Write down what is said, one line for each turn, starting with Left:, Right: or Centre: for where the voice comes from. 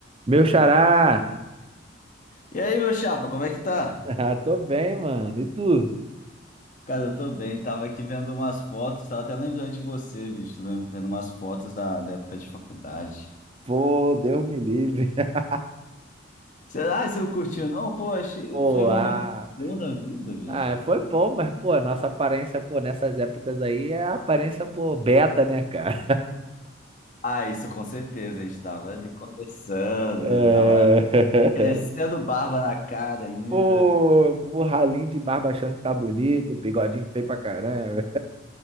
Right: Meu xará! <laughs>
Left: E aí, meu chapa, como é que tá?
Right: Ah, tô bem, mano. E tu?
Left: Cara, eu tô bem, tava aqui vendo umas fotos, tava até lembrando de você, bicho, lem- vendo umas fotos da, da época de faculdade.
Right: Pô, Deus me livre. <laughs>
Left: Será que você não curtiu, não? Pô, achei,
Right: Pô,
Left: foi um
Right: ah,
Left: momento bom da vida, bicho.
Right: ah, foi bom, mas, pô, a nossa aparência, pô, nessas épocas aí é a aparência, pô, beta, né, cara?
Left: Ah, isso com certeza, a gente tava ali começando,
Right: É...
Left: tava crescendo barba na cara
Right: <laughs>
Left: ainda.
Right: Pô, o ralinho de barba achando que tá bonito, bigodinho feio pra caramba.